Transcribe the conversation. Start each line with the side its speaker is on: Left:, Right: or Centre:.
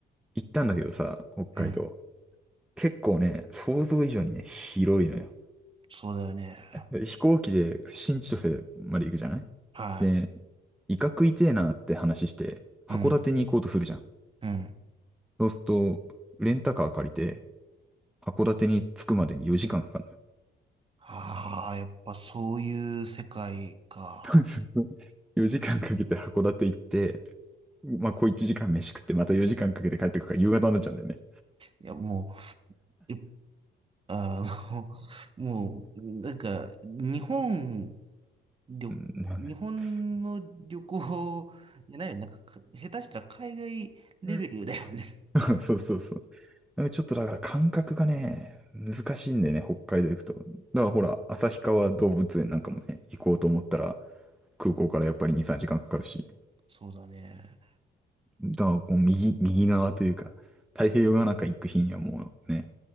Centre: 行ったんだけどさ、北海道。
Right: うん。
Centre: 結構ね、想像以上にね、広いのよ。
Right: そうだよね。
Centre: で飛行機で新千歳まで行くじゃない
Right: は
Centre: で、イカ食いてえなって話して、函館に行こうとするじゃん。
Right: い。うん。うん。
Centre: そうすると、レンタカー借りて、函館に着くまでに4時間かかるのよ。
Right: ああ、やっぱそういう世界か。
Centre: <laughs> 4時間かけて函館行って、まあ、小1時間飯食って、また4時間かけて帰ってくるから夕方になっちゃうんだよね。
Right: いや、もう、いあの、<laughs> もう、なんか、日本りょ日本の旅行じゃないよ。
Centre: うん、まあね。つ
Right: なんか、か下手したら海外レベルだよね。
Centre: <laughs> そうそうそう。
Right: <laughs>
Centre: えちょっとだから感覚がね、難しいんだよね、北海道行くと。だからほら、旭川動物園なんかもね、行こうと思ったら、空港からやっぱり2、3時間かんかかるし。
Right: そうだね。
Centre: だからこう右、右側というか、太平洋側なんか行く日にはもうね、